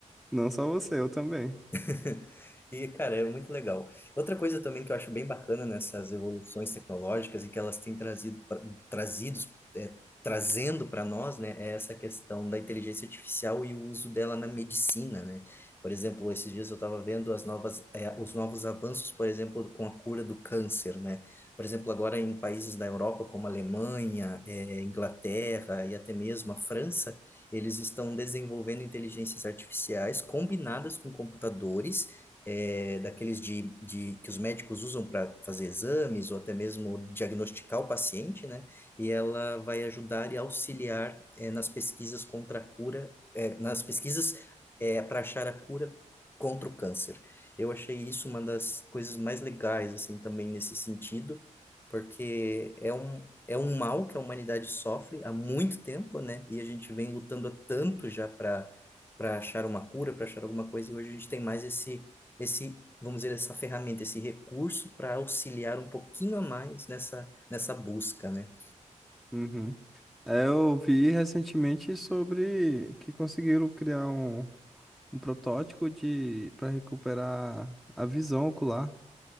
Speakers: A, in the centre; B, on the left (about 15°).
A: Não só você, eu também.
B: <laughs> E, cara, é muito legal. Outra coisa também que eu acho bem bacana nessas evoluções tecnológicas e que elas têm trazido, pra- trazidos, é, trazendo para nós, né, é essa questão da inteligência artificial e o uso dela na medicina, né? Por exemplo, esses dias eu estava vendo as novas, é, os novos avanços, por exemplo, com a cura do câncer, né? Por exemplo, agora em países da Europa, como a Alemanha, é, Inglaterra e até mesmo a França, eles estão desenvolvendo inteligências artificiais combinadas com computadores, é, daqueles de, de, que os médicos usam para fazer exames ou até mesmo diagnosticar o paciente, né? E ela vai ajudar e auxiliar é, nas pesquisas contra a cura, é, nas pesquisas é para achar a cura contra o câncer. Eu achei isso uma das coisas mais legais, assim, também nesse sentido, porque é um, é um mal que a humanidade sofre há muito tempo, né? E a gente vem lutando há tanto já para para achar uma cura, para achar alguma coisa, e hoje a gente tem mais esse esse, vamos dizer, essa ferramenta, esse recurso para auxiliar um pouquinho a mais nessa nessa busca, né?
A: Uhum. É, eu vi recentemente sobre que conseguiram criar um, um protótipo de para recuperar a visão ocular.